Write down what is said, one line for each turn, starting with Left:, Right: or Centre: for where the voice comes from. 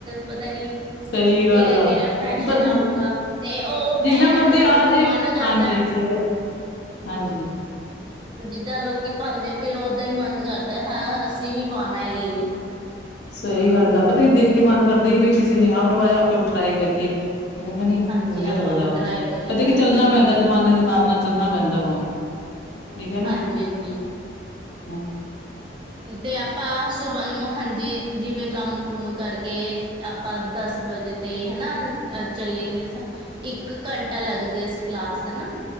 Right: ਪਤਾ ਨੀ।
Left: ਸਹੀ ਗੱਲ
Right: ਕਿਹੜਾ
Left: ਆ
Right: ਕਿਹੜਾ ਫੈਸ਼ਨ
Left: ਪਤਾ
Right: ਆਊਗਾ, ਤੇ ਉਹ
Left: ਜਿੰਨਾ
Right: ਪੈਣ
Left: ਮਰਜੀ
Right: ਅ
Left: ਆ ਜੇ
Right: ਮਨ ਕਰਦਾ।
Left: ਹਾਂਜੀ ਸਹੀ ਆ ਹਾਂਜੀ
Right: ਜਿੱਦਾਂ ਲੋਕੀ ਪਾਉਂਦੇ ਫਿਰ ਓਦਾਂ ਹੀ ਮਨ ਕਰਦਾ ਹੈਂ ਅਸੀਂ ਵੀ ਪਾਉਣਾ ਹੈ ਜਈ।
Left: ਸਹੀ ਗੱਲ ਆ ਪਤਾ ਕੀ ਦੇਖ ਕੇ ਮਨ ਕਰਦੇ ਸੀ ਵੀ ਕਿਸੇ ਨੇ ਆਹ ਰਵਾਜ਼ ਆਪਾਂ ਵੀ ਟਰਾਈ ਕਰੀਏ। ਠੀਕ ਹੈ ਨੀ
Right: ਹਾਂਜੀ
Left: ਵਧੀਆ
Right: ਆਪਾਂ
Left: ਲੱਗਦਾ
Right: ਵੀ ਟਰਾਈ
Left: ਵਾ
Right: ਕਰੀਏ
Left: ਪਤਾ
Right: ਹਾਂਜੀ
Left: ਕੀ ਚੱਲਣਾ ਪੈਂਦਾ। ਜਮਾਨੇ ਦੇ ਨਾਲ ਨਾਲ ਚੱਲਣਾ ਪੈਂਦਾ ਵਾ। ਠੀਕ ਹੈ ਨਾ।
Right: ਹਾਂਜੀ ਹਾਂਜੀ
Left: ਹੂੰ
Right: ਤੇ ਆਪਾਂ ਸੁਬਾਹ ਨੂੰ ਹਾਂਜੀ ਜਿਵੇਂ ਕੰਮ ਕੁਮ ਕਰਕੇ। ਆਪਾਂ ਦਸ ਵਜੇ ਤੇ ਹਨਾ ਅ ਚੱਲੇਗੇ। ਇੱਕ ਘੰਟਾ ਲੱਗਦੀ ਹੈ, ਕਲਾਸ ਹਨਾ।